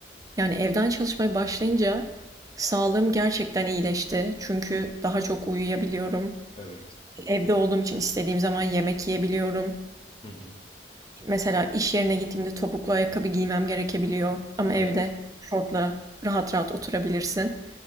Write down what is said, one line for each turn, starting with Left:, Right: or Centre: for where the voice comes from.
Right: yani evden çalışmaya başlayınca sağlığım gerçekten iyileşti. Çünkü daha çok uyuyabiliyorum.
Left: Evet.
Right: Evde olduğum için istediğim zaman yemek yiyebiliyorum.
Left: Hı hı.
Right: Mesela iş yerine gittiğimde topuklu ayakkabı giymem gerekebiliyor. Ama
Left: Evet.
Right: evde şortla rahat rahat oturabilirsin.